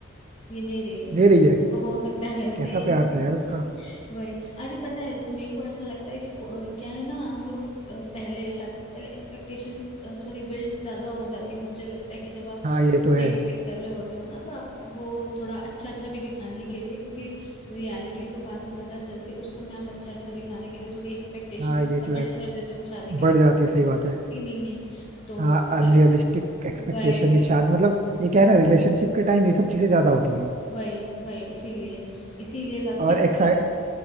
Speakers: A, on the left (about 30°); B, on the right (about 35°).
A: ये ले रही है
B: दे रही है
A: तो हो सकता है वैसे
B: कैसा
A: ही
B: प्यार था यार उसका
A: <laughs> वही अरे पता है मेरे को ऐसा लगता है कि अ, क्या है ना हम लोग अ, पहले शादी से पहले एक्सपेक्टेशन थोड़ी बिल्ड ज्यादा हो जाती है मुझे लगता है कि जब आप
B: हाँ ये तो है
A: डेट वेट कर रहे होते हो ना तो आप वो थोड़ा अच्छा अच्छा भी दिखाने के लिए क्योंकि रियलिटी तो बाद में पता चलती है उस समय आप अच्छा अच्छा दिखाने के लिए थोड़ी एक्सपेक्टेशन
B: हाँ ये तो
A: बिल्ड
B: है
A: कर देते हो शादी के
B: बढ़
A: बाद
B: जाती
A: वो
B: है सही
A: चीज़
B: बात है
A: होती नहीं है तो
B: हाँ अनरियलिस्टिक
A: फिर
B: एक्सपेक्टेशन
A: वही
B: ये शायद मतलब ये क्या है ना रिलेशनशिप के टाइम ये सब चीजें ज्यादा होती है
A: वही वही इसीलिए इसीलिए ज्यादा
B: और
A: इसलिए
B: एक्साइट